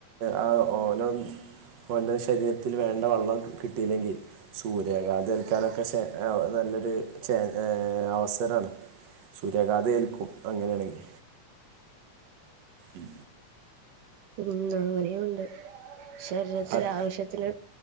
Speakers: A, on the right; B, on the right.
A: ആ ഓനോ ഓൻ്റെ ശരീരത്തില് വേണ്ട വള്ളം കിട്ടിയില്ലെങ്കിൽ സൂര്യാഘാത ഏൽക്കാനൊക്കെ ശേ നല്ലത് ഛെ ഏഹ് അവസരാണ് സൂര്യഗാധം ഏൽക്കും അങ്ങനേണെങ്കിൽ ഉം
B: ഉം അങ്ങനെയും ഉണ്ട് ശരീരത്തിലാവിശ്യത്തിന്
A: അത്